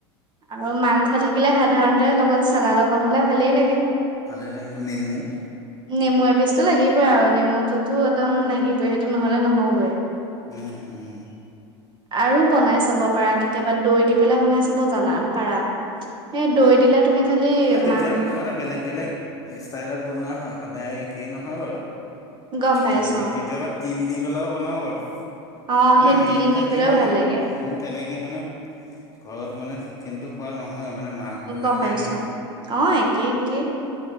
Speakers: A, on the right; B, on the left.
A: আৰু মাংস থাকিলে সাধাৰণতে লগত চালাড অকণ হ'লে ভালেই লাগে।
B: <unintelligible> নেমু।
A: নেমু এপিচটো লাগিবই আৰু নেমুটোতো একদম লাগিবই, সেইটো নহ'লে নহ'ব।
B: উম, উম।
A: আৰু বনাই চাব পাৰা কেতিয়াবা দৈ দি পেলাই বনাই চাব যানা পাৰা, সেই দৈ দিলে তুমি খালি
B: নহ কেতিয়াবা
A: মাং
B: মানে বেলেগ বেলেগ ষ্টাইলত বনোৱা হয়, সদায় একে নহয় বাৰু,
A: গম পাইছ
B: হেৰি কেতিয়াবা তিল দি পোলাও বনাওঁ বাৰু,
A: অ',
B: মানে
A: সেই
B: মেইন
A: তিল
B: কথা
A: দি
B: কি
A: পেলাইও
B: হয় মানে
A: ভাল লাগে
B: মোৰ তেনে মানে ঘৰত মানে চিকেনটো খোৱা নহয় মানে মাহঁতে
A: গম
B: নাখায়
A: পাইছোঁ
B: ন।
A: অ একে-একে।